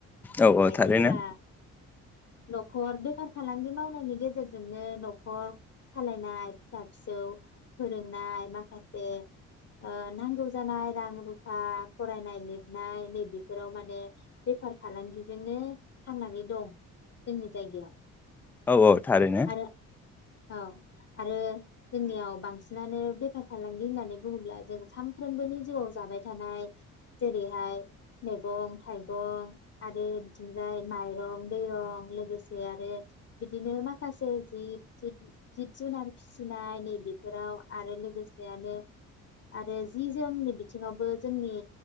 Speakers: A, in the centre; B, on the left (about 35°).
A: औ औ
B: आइजोफोरा
A: थारैनो
B: न'खर बेफार फालांगि मावनायनि गेजेरजोंनो न'खर सालायनाय फिसा फिसौ फोरोंनाय माखासे ओ नांगौ जानाय रां रुफा फरायनाय लिरनाय नैबेफोराव माने बेफार फालांगिजोंनो थांनानै दं। जोंनि जायगायाव।
A: औ औ थारैनो।
B: आरो औ आरो जोंनियाव बांसि नानै बेफार फालांगि होननानै बुङोब्ला जों सामफ्रोमबोनि जिउआव जाबाय थानाय जेरैहाय मेगं थाइगं आरो बिथिंजाय माइरं दैरं लोगोसे आरो बिदिनो माखासे जि जि जिब जुनार फिसिनाय नैबेफोराव आरो लोगोस जियानो आरो जि जोमनि बिथिङावबो जोंनि